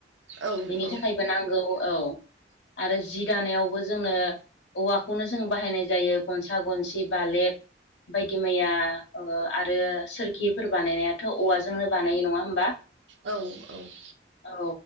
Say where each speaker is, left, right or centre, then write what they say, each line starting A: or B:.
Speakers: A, on the right; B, on the left.
A: औ
B: बेनि
A: औ।
B: थाखायबो नांगौ औ आरो जि दानायावबो जोंनो औवाखौनो जों बाहायनाय जायो गनसा गनसि बालेब बायदि मैया ओ आरो सोर गिफोर बानायनायाथ' औवाजोंनो बानायो नङा होमबा?
A: औ औ।
B: औ